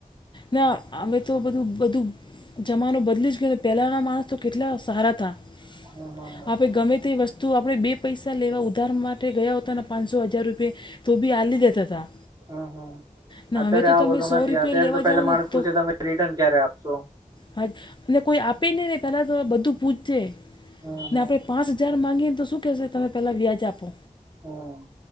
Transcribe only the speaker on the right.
હમ હમ
હા હા
અત્યારે
આવું
બધું
નથી
અત્યારે
તો પેલા
માણસ
પૂછે
તમે રિટર્ન ક્યારે આપશો.
હમ
હમ
હા.